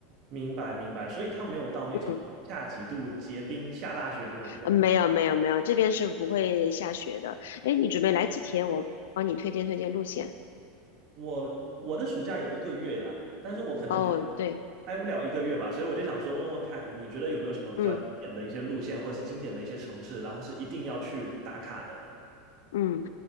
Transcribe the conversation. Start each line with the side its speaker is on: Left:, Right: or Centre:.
Right: 明白，明白，所以它没有到那种下几度结冰下大雪那种状态。
Left: 嗯，呃没有没有没有，这边是不会下雪的。哎，你准备来几天？我帮你推荐推荐路线。
Right: 我我的暑假有一个月啦，但是我可能觉得待不了一个月吧，
Left: 哦，对，
Right: 所以我就想说问问看，你觉得有没有什么比较经典的一些路线，
Left: 嗯。
Right: 或者是经典的一些城市，然后是一定要去打卡的？
Left: 嗯，